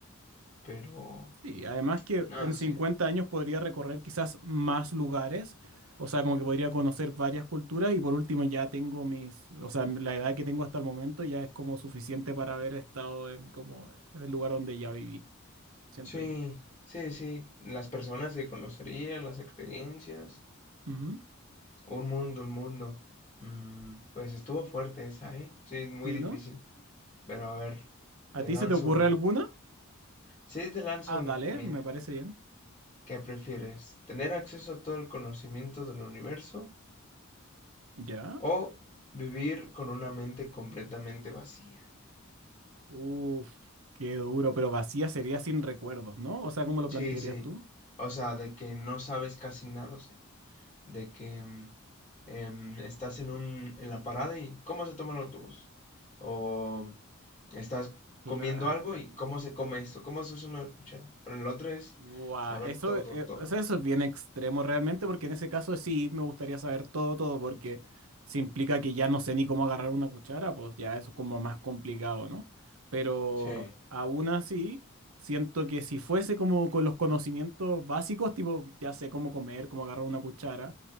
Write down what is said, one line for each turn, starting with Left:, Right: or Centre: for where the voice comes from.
Left: pero...
Right: Sí, además que
Left: No,
Right: en
Left: sí.
Right: 50 años podría recorrer quizás más lugares, o sea, como que podría conocer varias culturas y por último ya tengo mis, o sea, la edad que tengo hasta el momento ya es como suficiente para haber estado en como en el lugar donde ya viví, siento
Left: Sí,
Right: yo.
Left: sí, sí. Las personas que conocería, las experiencias.
Right: Ujú.
Left: Un mundo, un mundo. Mm, pues estuvo fuerte esa, ¿eh? Sí, es muy
Right: ¿Sí,
Left: difícil.
Right: no?
Left: Pero a ver,
Right: ¿A
Left: te
Right: ti
Left: lanzo
Right: se te ocurre
Left: una.
Right: alguna?
Left: Sí, te lanzo
Right: Ah,
Left: una.
Right: dale,
Left: Mira,
Right: me parece bien.
Left: ¿qué prefieres? ¿Tener acceso a todo el conocimiento del universo
Right: ¿Ya?
Left: o vivir con una mente completamente vacía?
Right: Uf, qué duro, pero vacía sería sin recuerdos, ¿no? O sea, ¿cómo lo
Left: Sí,
Right: plantearías
Left: sí.
Right: tú?
Left: O sea, de que no sabes casi nada, o sea, de que mm, em, estás en un, en la parada y cómo se toma el autobús. O mm, estás
Right: Claro.
Left: comiendo algo y cómo se come esto, cómo se usa una cuchara. Pero en el otro es
Right: Guau,
Left: saber
Right: eso,
Left: todo,
Right: eh,
Left: todo.
Right: o sea, eso es bien extremo realmente, porque en ese caso sí me gustaría saber todo, todo, porque si implica que ya no sé ni cómo agarrar una cuchara, pues ya eso es como más complicado, ¿no? Pero
Left: Sí,
Right: aún así, siento que si fuese como con los conocimientos básicos, tipo, ya sé cómo comer, cómo agarrar una cuchara,